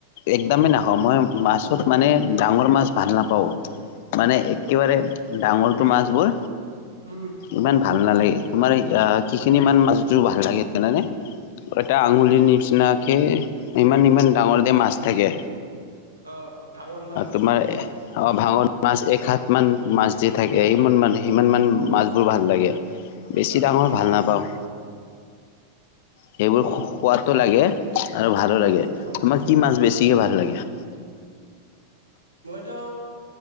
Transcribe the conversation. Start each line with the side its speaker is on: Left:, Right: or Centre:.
Left: একদমেই নাখাওঁ। মই মাছৰ মানে ডাঙৰ মাছ ভাল নাপাওঁ। মানে একেবাৰে ডাঙৰটো মাছবোৰ
Right: উম
Left: ইমান ভাল নালাগে। তোমাৰ কি খিনি মান মাজত ভাল লাগে জানানে। এটা আঙুলিৰ নিচিনাকে ইমান ইমান ডাঙৰতে মাছ থাকে
Right: অ ভাঙন মাছ
Left: তোমাৰ। অ' ভাঙন মাছ এক সাত মান মাছ দি থাকে সিমান মান সিমান
Right: অ
Left: মান মাছ বোৰ ভাল লাগে।
Right: ভাঙন
Left: বেছি
Right: মাছ
Left: ডাঙৰ
Right: পুঠি
Left: ভাল
Right: মাছ
Left: নাপাওঁ। সেইবোৰ সোৱাদো লাগে আৰু ভালো
Right: উম
Left: লাগে।
Right: খোৱাটো
Left: তোমাক কি
Right: খোৱাটো
Left: মাছ বেছিকে
Right: লাগে
Left: ভাল লাগে।
Right: মইতো